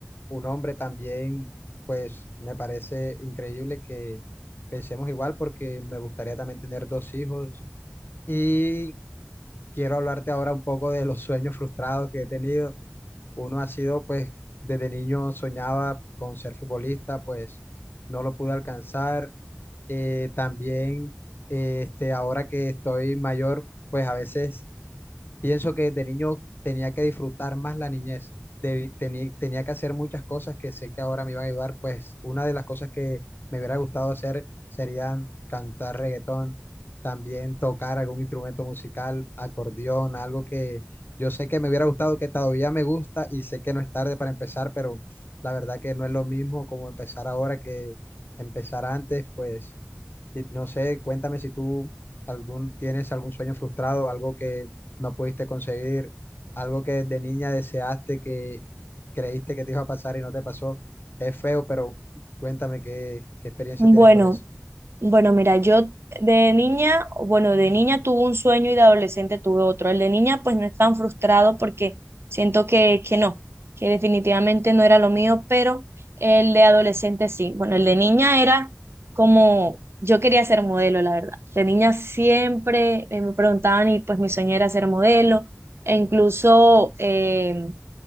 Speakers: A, on the left; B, on the right.
A: un hombre también, pues me parece increíble que pensemos igual porque me gustaría también tener dos hijos y quiero hablarte ahora un poco de los sueños frustrados que he tenido. Uno ha sido, pues, desde niño soñaba con ser futbolista, pues no lo pude alcanzar. Eh, también, eh, este, ahora que estoy mayor, pues a veces Pienso que de niño tenía que disfrutar más la niñez, debí- teni- tenía que hacer muchas cosas que sé que ahora me iban a ayudar, pues una de las cosas que me hubiera gustado hacer serían cantar reggaetón, también tocar algún instrumento musical, acordeón, algo que yo sé que me hubiera gustado, que todavía me gusta y sé que no es tarde para empezar, pero la verdad que no es lo mismo como empezar ahora que empezar antes, pues y no sé, cuéntame si tú algún, tienes algún sueño frustrado, algo que no pudiste conseguir, algo que de niña deseaste que creíste que te iba a pasar y no te pasó. Es feo, pero cuéntame qué, qué experiencia
B: Bueno,
A: tienes con eso.
B: Bueno, mira, yo de niña, bueno, de niña tuve un sueño y de adolescente tuve otro. El de niña, pues no es tan frustrado porque siento que, que no, que definitivamente no era lo mío, pero el de adolescente sí. Bueno, el de niña era como, yo quería ser modelo, la verdad. De niña siempre eh, me preguntaban y pues mi sueño era ser modelo. E incluso, eh,